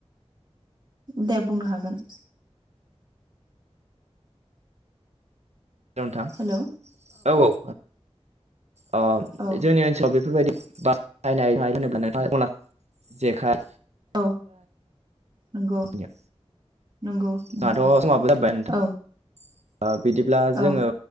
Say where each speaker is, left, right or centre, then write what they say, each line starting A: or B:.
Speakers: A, on the right; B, on the right.
A: दे बुंनो हागोन।
B: नोंथां
A: हेलौ
B: औ औ अ
A: औ
B: जोंनि ओनसोलाव बेफोरबायदि बायनाय होनोब्ला नोंथाङ अन जेखाय
A: औ नंगौ
B: <unintelligible>
A: नंगौ नंगौ
B: जोंहाथ' समाबो जाबोबाय नोंथां।
A: औ
B: बिदिब्ला जोङो
A: औ